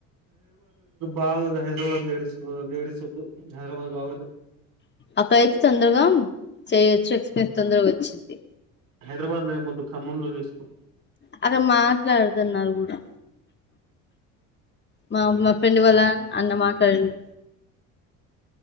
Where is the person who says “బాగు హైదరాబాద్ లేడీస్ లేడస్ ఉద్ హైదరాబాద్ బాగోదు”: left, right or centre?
Right